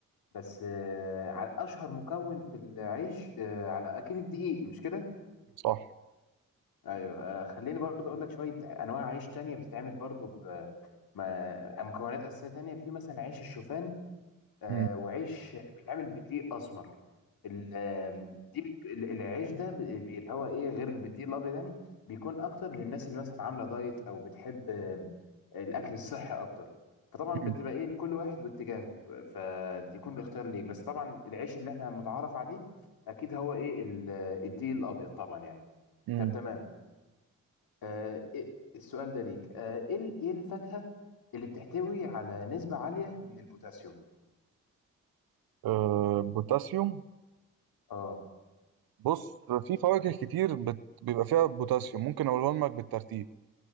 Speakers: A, on the left (about 80°); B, on the right (about 80°).
A: بس آه، على اشهر مكون في العيش آه، على اكيد الدقيق مش كده
B: صح
A: ايوه آه، خليني برضو اقول لك شوية انواع عيش تانية بتتعمل برضو ب ما- مكونات اساسية تانية في مثلا عيش الشوفان آه،
B: مم.
A: وعيش بيتعمل بدقيق اسمر ال- دي بت... ال- العيش ده ب- بي- اللي هو ايه غير البديل الابيض يعني بيكون اكتر للناس اللي مثلا عامله دايت او بتحب آم، الاكل الصحي اكتر فطبعا
B: مم.
A: بتبقى ايه لكل واحد واتجاهه فدي يكون الاختيار ليك بس طبعا العيش اللي احنا متعارف عليه اكيد هو ايه ال- الدقيق الابيض طبعا يعني
B: مم.
A: طب تمام آه إيه السؤال ده ليك آه ايه ال- ايه الفاكهه اللي بتحتوي على نسبه عاليه من البوتاسيوم
B: أه بوتاسيوم
A: اه
B: بص في فواكه كتير بت... بيبقى فيها بوتاسيوم ممكن أقولهم لك بالترتيب